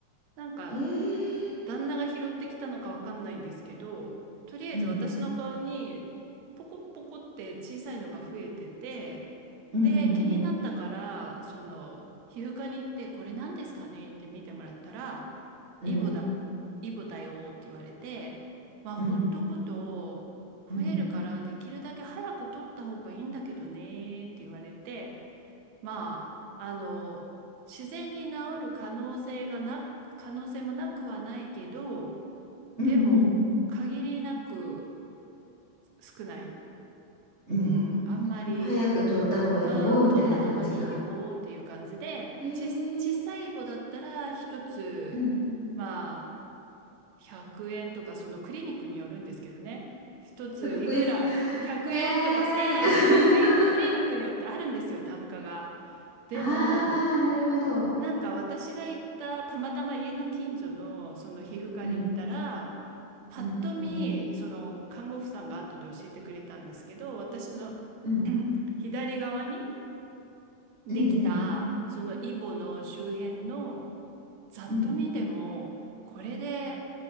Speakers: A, on the right; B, on the right.
A: なんか、
B: ええ
A: 旦那が拾ってきたのかわかんないんですけど、とりあえず私の顔にポコポコって小さいのが増えてて、
B: うん、うん、
A: で、
B: うん、
A: 気になったから、
B: うん、
A: その、皮膚科に行って、これ何ですかねって見てもらったら、
B: うん、
A: イボだ、イボだよって言われて、まあ、ほっとくと増えるから、
B: うん、うん、
A: できるだけ早く取った方がいいんだけどねって言われて、まあ、あの、自然に治る可能性がな、可能性もなくはないけど、
B: うん、
A: でも、限りなく少ない。
B: うん。
A: うん、あんまり、
B: もう早く撮った方がいいよ、
A: うん、
B: みたいな感じか。
A: 取った方がいいよーっていう感じで、
B: ええ
A: ち、小さい棒だったら一つ、
B: うん。
A: まあ、100円とか、そのクリニックによるんですけどね。一ついくら100円とか1000円とかクリ、
B: 白煙 <laughs> ええ
A: クリニックによってあるんですよ、
B: <laughs>
A: 単価が。でも、
B: ああ、なるほど。
A: なんか私が行ったたまたま家の近所のその皮膚科に行ったら
B: うん、
A: パッと見その看護婦さんが後で教えてくれたんですけど私の
B: うん、うん、うん、うん、
A: <clears throat> 左側にできたそのイボの周辺の
B: うん、
A: ざっと見でもこれで
B: うん。